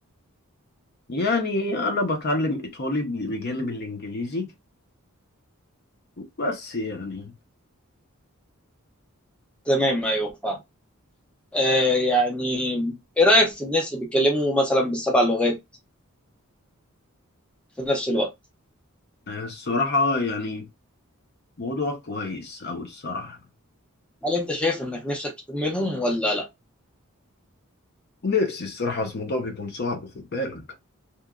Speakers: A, on the left (about 50°); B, in the centre.
A: يعني أنا بتعلم إيطالي ب- بجانب الإنجليزي بس يعني
B: تمام ايوه فاهم آه، يعني ايه رأيك في الناس اللي بيتكلموا مثلا بالسبع لغات في نفس الوقت
A: آه، الصراحة يعني موضوع كويس أوي الصراحة
B: هل انت شايف انك نفسك تكون منهم ولا لا
A: نفسي الصراحة بس الموضوع بيكون صعب خد بالك